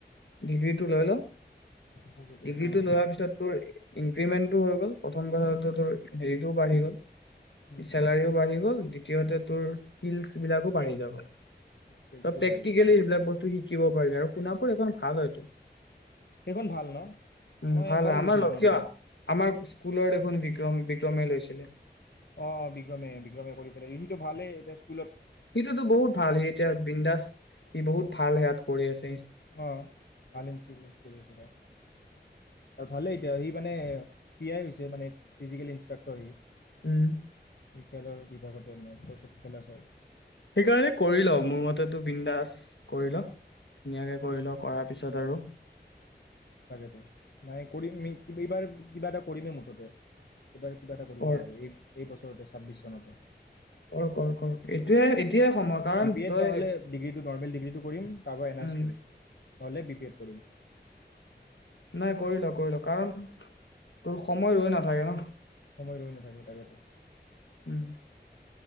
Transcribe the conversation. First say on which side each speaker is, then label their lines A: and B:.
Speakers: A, on the left; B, on the left.
A: ডিগ্ৰী টো লৈ ল
B: তাকেতো
A: ডিগ্ৰীটো
B: অ'
A: লোৱাৰ পিছত তোৰ টিমেণ্টো হৈ গ'ল প্ৰথম কথাটো তোৰ হেৰিটোও বাঢ়ি গ'ল
B: উম,
A: চেলাৰিও
B: উম,
A: বাঢ়ি গ'ল দ্বিতীয়তে তোৰ শিলচ বিলাকো বাঢ়ি যাও
B: স্পেচটো
A: ত প্ৰেক্টিকেলি
B: বাঢ়ি যাব।
A: সবিলাক বস্তু শিকিব পাৰি আৰু শুনাবখন আ এইটো উম
B: সেইখন ভাল ন? মই
A: ভাল
B: একবাৰেই
A: হয় আমাৰ
B: গৈছিলোঁ
A: লক্ষ
B: মই তাতে।
A: আমাৰ স্কুলত দেখোন বি বিক্ৰম বিক্ৰমে লৈছিলে
B: অ বিক্ৰমে বিক্ৰমে কৰি ইটো ভালেই এতি
A: সিটোতো বহুত ভাল সি এতিয়া বৃন্দাস সি বহুত ভাল হে ইয়াত কৰি আছো
B: অ ভাল কৰিছিলো আৰু ভালেই তি সি মানে পিয়ই হৈছে মানে ফিজিকেল ইনষ্ট্ৰাক্টৰ সি
A: উম
B: বিয়ালৰ বিভাগতে মানে প্ৰচব খেলা চায়
A: সেইকাৰণে কৰি ল মোৰ মতেতো বিন্দাস কৰি ল ধুনীয়াকে কৰি ল কৰাৰ পিছত আৰু
B: তাকেতো মান কৰিম এইবাৰ কিবা এটা কৰিমে মুঠতে এইবাৰ কিবা এটা কৰিবই
A: কৰ
B: লাগিব এই এই বছৰতে ছাব্বিছ চনতে
A: অ কৰ কৰ এইটোয়ে এ এতিয়াই সময় কাৰণ
B: বি পি এড
A: তই
B: নহ'লে ডিগ্ৰীটো নৰ্মেল ডিগ্ৰীটো কৰিম তাৰপৰা এন আই
A: উ
B: এছ কৰিম নহ'লে বি পি এড কৰিম
A: নাই কৰিল কৰিল কাৰণোৰ সময় ৰৈ নাথাকে ন
B: সময় লৈ নাথাকি তাকেতো
A: উম